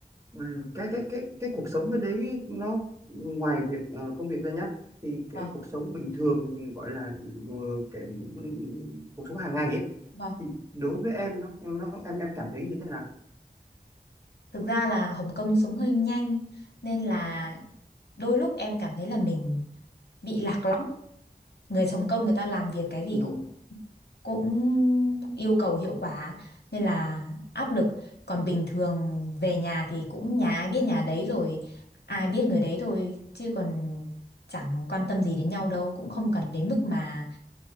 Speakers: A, on the right; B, on the left.
A: ừ, cái cái cái cái cuộc sống bên đấy nó ngoài việc ờ, công việc ra nhá thì cái
B: vâng,
A: cuộc sống bình thường gọi là ờ, cái ừ, cuộc sống hàng ngày ấy
B: vâng.
A: thì đối với em nó nó em em cảm thấy như thế nào
B: Thực ra là Hồng Kông sống hơi nhanh nên là đôi lúc em cảm thấy là mình bị lạc lõng. Người Hồng Kông người ta làm việc cái gì
A: ừ
B: cũng cũng yêu cầu hiệu quả nên là áp lực. Còn bình thường về nhà thì cũng nhà ai biết nhà đấy rồi, ai biết người đấy thôi chứ còn chẳng quan tâm gì đến nhau đâu, cũng không cần đến mức mà